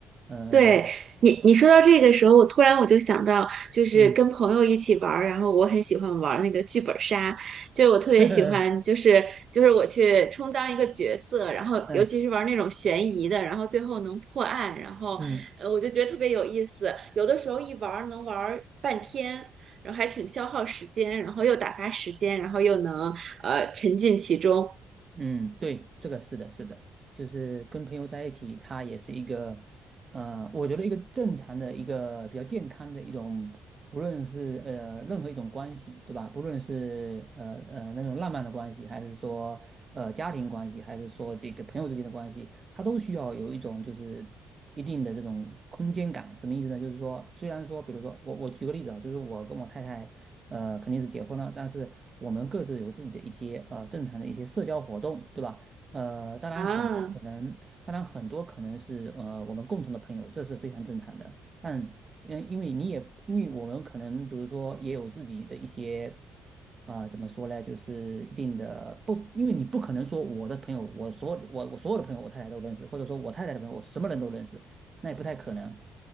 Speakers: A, on the right; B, on the right.
A: 呃，
B: 对你，你说到这个时候，我突然我就想到，就是跟朋友一起玩儿，
A: 嗯，
B: 然后我很喜欢玩儿那个剧本杀，就我特别喜欢，
A: <laughs>
B: 就是就是我去充当一个角色，然后尤其是玩儿那种悬疑的，
A: 嗯
B: 然后最后能破案，然后呃，
A: 嗯。
B: 我就觉得特别有意思。有的时候一玩儿能玩儿半天，然后还挺消耗时间，然后又打发时间，然后又能呃沉浸其中
A: 嗯，对，这个是的，是的，就是跟朋友在一起，他也是一个，呃，我觉得一个正常的一个比较健康的一种，不论是呃任何一种关系，对吧？不论是呃呃那种浪漫的关系，还是说呃家庭关系，还是说这个朋友之间的关系，它都需要有一种就是一定的这种空间感。什么意思呢？就是说，虽然说，比如说我我举个例子啊，就是我跟我太太呃肯定是结婚了，但是我们各自有自己的一些呃正常的一些社交活动，对吧？呃，当然很多可能。
B: 啊。
A: 当然，很多可能是呃我们共同的朋友，这是非常正常的。但嗯，因为你也因为我们可能比如说也有自己的一些啊、呃怎么说呢，就是一定的不，因为你不可能说我的朋友，我所有的我我所有的朋友，我太太都认识，或者说我太太的朋友，我什么人都认识，那也不太可能，